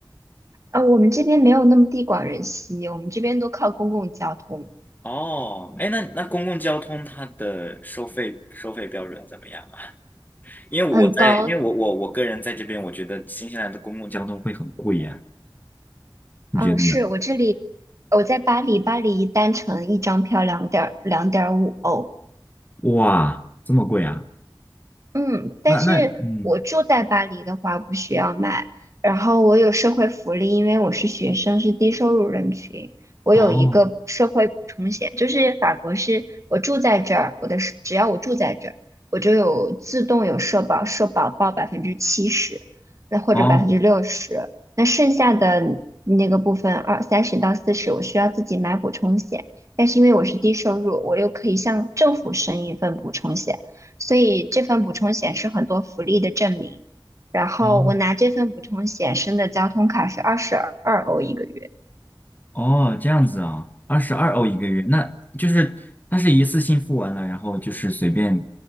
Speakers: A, on the right (about 40°); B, on the left (about 20°).
A: 啊，我们这边没有那么地广人稀，我们这边都靠公共交通，
B: 哦，哎，那那公共交通它的收费收费标准怎么样啊？因为我在，
A: 很高。
B: 因为我我我个人在这边，我觉得新西兰的公共交通会很贵呀，你觉得呢？
A: 啊，是我这里，我在巴黎，巴黎单程一张票两点两点五欧，
B: 哇，这么贵啊？
A: 嗯，但是我住在巴黎的话不需要买，
B: 那那嗯，
A: 然后我有社会福利，因为我是学生，是低收入人群，我有一个社会补充险，
B: 哦
A: 就是法国是我住在这儿，我的是只要我住在这儿，我就有自动有社保，社保报百分之七十，那或者百分之六十，
B: 哦
A: 那剩下的那个部分二三十到四十，我需要自己买补充险，但是因为我是低收入，我又可以向政府申一份补充险。所以这份补充险是很多福利的证明。然后我拿这份补充险申的交通卡是二十二欧一个月，
B: 哦哦，这样子啊，二十二欧一个月，那就是它是一次性付完了，然后就是随便